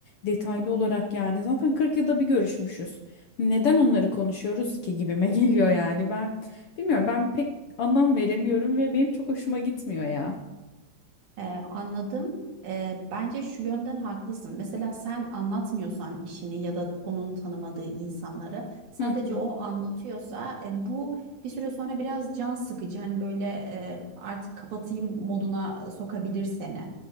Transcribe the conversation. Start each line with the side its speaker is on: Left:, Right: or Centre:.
Left: detaylı olarak yani zaten 40 yılda bir görüşmüşüz. Neden onları konuşuyoruz ki gibime <laughs> geliyor yani ben bilmiyorum ben pek anlam veremiyorum ve benim çok hoşuma gitmiyor ya.
Right: Ee, anladım. Ee, bence şu yönden haklısın. Mesela sen anlatmıyorsan işini ya da onun tanımadığı insanları sadece
Left: Hı
Right: o anlatıyorsa e, bu bir süre sonra biraz can sıkıcı. Hani böyle e, artık kapatayım moduna e, sokabilir seni.